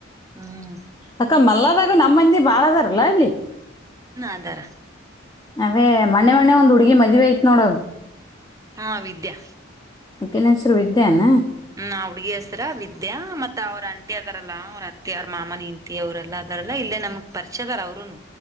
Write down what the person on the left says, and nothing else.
ಅಕ್ಕ ಮಲ್ಲದಾಗು ನಮ್ಮಂದಿ ಬಾಳದಾರಲ್ಲ ಅಲ್ಲಿ
ಅದೇ ಮಣ್ಣೆ ಮಣ್ಣೆ ಒಂದ್ ಹುಡ್ಗಿ ಮದ್ೆ ಆಐತ್ತ್ ನೋಡೋದು
ಯಕೆ ನ ಹೆಸರು ವಿದ್ಯಾನ